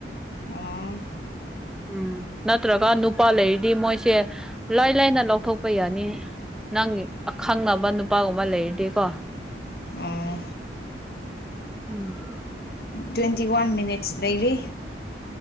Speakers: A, on the left; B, in the centre.
A: ꯑꯪ
B: ꯎꯝ ꯅꯠꯇ꯭ꯔꯒ ꯅꯨꯄꯥ ꯂꯩꯔꯤꯗꯤ ꯃꯣꯏꯁꯦ ꯂꯥꯏ ꯂꯥꯏꯅ ꯂꯧꯊꯣꯛ ꯂꯄ ꯌꯥꯅꯤ ꯅꯪ ꯑꯈꯪ ꯑꯃ ꯅꯨꯄꯥꯒꯨꯝꯕ ꯂꯩꯔꯗꯤꯀꯣ
A: ꯑꯥ
B: ꯎꯝ
A: ꯇ꯭ꯋꯦꯟꯇꯤ ꯋꯥꯟ ꯃꯤꯅꯤꯠꯁ ꯂꯩꯔꯤ